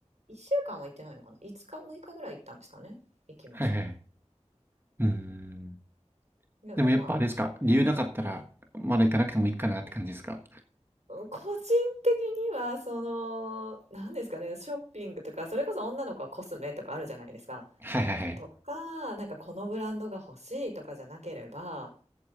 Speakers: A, on the right (about 70°); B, on the right (about 20°).
A: 1週間は行ってないのかな ?5 日、6日ぐらい行ったんですかね行きました。
B: はいはい。うーん。
A: でもま
B: でもやっぱあれですか理由なかったら、
A: あ、うん。
B: まだ行かなくてもいいかなって感じですか
A: 個人的には、その、何ですかね、ショッピングとか、それこそ女の子はコスメとかあるじゃないですか。
B: はいはいはい。
A: とか、なんかこのブランドが欲しいとかじゃなければ、